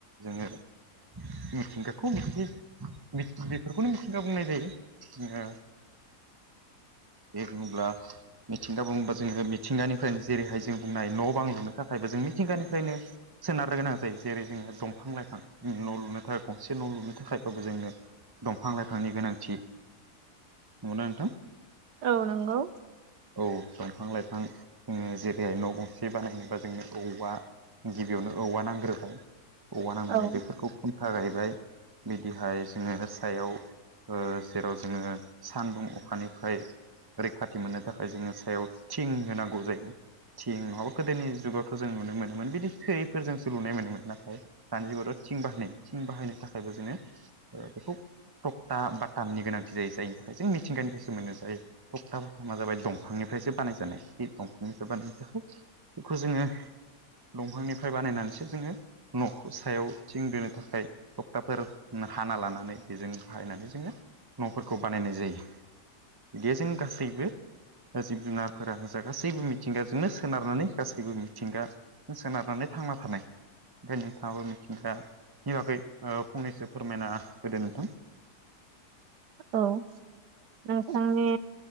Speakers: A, on the right; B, on the right.
A: जोङो मिथिंगाखौ बिदि बिद बेफोरखौनो मिथिंगा बुंनाय जायो। जोङो एखमब्ला मिथिंगा बुङोबा जोङो मिथिंगानिफ्रायनो जेरैहाय जों बुंनो हायो न' बां लुनो थाखायबो जों मिथिंगानिफ्रायनो सोनारनो गोनां जायो जेरै जोङो दंफां लाइफां न' लुनो थाखाय गंसे न' लुनो थाखायबाबो जोंनो दंफां लाइफांनि गोनांथि नंगौना नोंथां।
B: औ नंगौ।
A: औ दंफां लाइफां जोङो जेरैहाय न' गंसे बानायनोबा जोंनो औवा गिबियावनो औवा नांग्रोबाय औवा नांनानै
B: औ
A: बेफोरखौ खुन्था गायबाय बिदिहाय जोङो सायाव ओ जेराव जोङो सानदुं अखानि फाय रैखाथि मोननो थाखाय जोङो सायाव थिं होनांगौ जायो। थिं नङाबा गोदोनि जुगावथ' जों नुनो मोनोमोन बिदि थोरि फोरजोंसो लुनाय मोनोमोन। नाथाय दानि जुगावथ' थिं बाहायनाय थिं बाहायनो थाखायबो जोंनो ओ बेखौ थकथा बाटामनि गोनांथि जायो जायनि थाखाय जों मिथिंगानिफायसो जों मोनोखाय तकता बाथामा जाबाय दंफांनिफ्रायसो बानाय जानाय बे दंफांनिफ्राय बानायनो थाखाय इखौ जोङो दंफांनिफ्राय बानायनानैसो जोङो न'खौ सायाव थिं दोनो थाखाय तकताफोर उम हाना लानानै बेजों बाहायनानै जोङो न'फोरखौ बानायनाय जायो। दे जों गासैबो ओ जिब जुनारफोरा जा गासैबो मिथिंगाजोंनो सोनारनानै गासैबो मिथिंगा ओ सोनारनानै थांना थानाय फ्राय नोंथाङाबो मिथिंगानि बागै ओ फंनैसो फोरमायना होदो नोंथां।
B: औ नोंथांनि